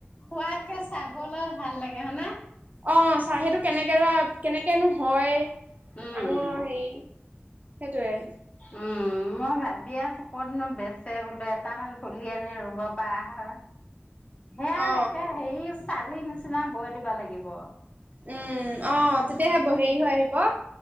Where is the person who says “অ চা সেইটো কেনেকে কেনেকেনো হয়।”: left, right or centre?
Right